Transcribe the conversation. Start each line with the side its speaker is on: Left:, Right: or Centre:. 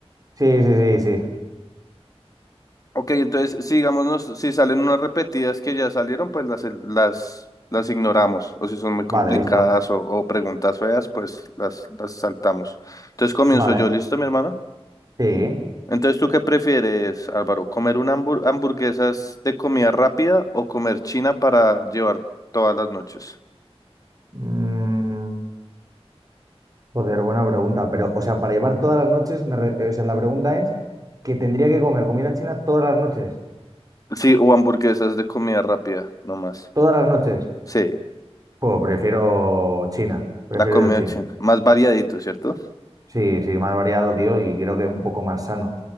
Right: Sí, sí, sí, sí.
Left: Ok, entonces, si digamos, nos- si salen unas repetidas que ya salieron, pues las, las, las ignoramos. O si son muy complicadas
Right: Vale, visto.
Left: o, o preguntas feas, pues las, las saltamos. Entonces comienzo
Right: Vale,
Left: yo, ¿listo, mi hermano?
Right: sí.
Left: Entonces, ¿tú qué prefieres, Álvaro? ¿Comer una hambur- hamburguesas de comida rápida o comer china para llevar todas las noches?
Right: Mm, joder, buena pregunta, pero, o sea, para llevar todas las noches, me re- eh, o sea, la pregunta es que tendría que comer comida china todas las noches.
Left: Sí, o hamburguesas de comida rápida, nomás.
Right: Todas las noches.
Left: Sí,
Right: Pues prefiero China, prefiero
Left: la comida
Right: yo China.
Left: china. Más variadito, ¿cierto?
Right: Sí, sí, más variado, tío, y creo que un poco más sano.